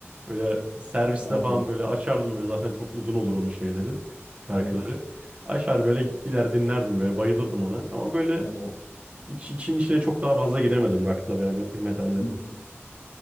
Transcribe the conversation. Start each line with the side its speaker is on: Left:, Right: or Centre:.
Right: Böyle serviste
Left: Vardır.
Right: falan böyle açardım böyle zaten çok uzun olur onun şeyleri, şarkıları.
Left: Evet.
Right: Açar böyle gider dinlerdim böyle bayılırdım ona. Ama böyle
Left: Ya o,
Right: iç, için içine çok daha fazla giremedim rock'ta veya met- metalde.
Left: Hı hı.